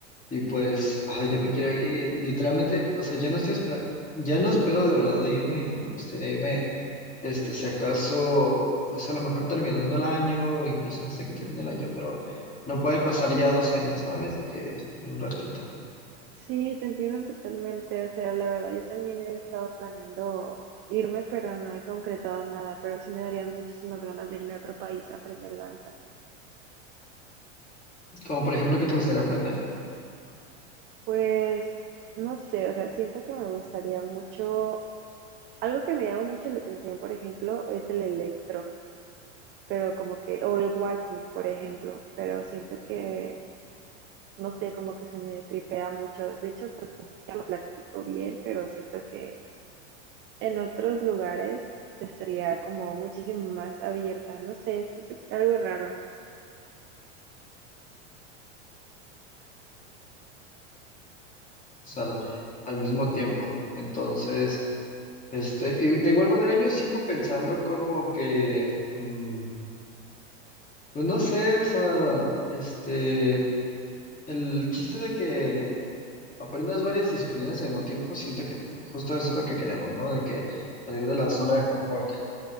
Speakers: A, on the left; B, on the right.
A: Y pues, ay, ya me quiero ir. Literalmente, o sea, ya no estoy espera- ya no espero de verdad de irme y pues, me gustaría irme, este, si acaso, pues a lo mejor terminando el año o incluso antes de que termine el año, pero no puede pasar ya dos años, ¿sabes? De que en un ratito.
B: sí, te entiendo totalmente, o sea, la verdad, yo también he estado planeando irme, pero no he concretado nada, pero sí me darían muchísimas ganas de irme a otro país a aprender danza.
A: Como por ejemplo, ¿qué te gustaría aprender?
B: Pues no sé, o sea, siento que me gustaría mucho, algo que me llama mucho la atención, por ejemplo, es el electro, pero como que, o el walking, por ejemplo, pero siento que, no sé, como que se me tripea mucho. De hecho, pues ni siquiera lo practico bien, pero siento que en otros lugares estaría como muchísimo más abierta, no sé, esto es algo raro.
A: al, al mismo tiempo. Entonces, este, y de igual manera yo sigo pensando como que, mm, pues no sé, o sea, este, el chiste de que aprendas varias disciplinas al mismo tiempo, siento que justo eso es lo que queremos, ¿no? De que salir de la zona de confort.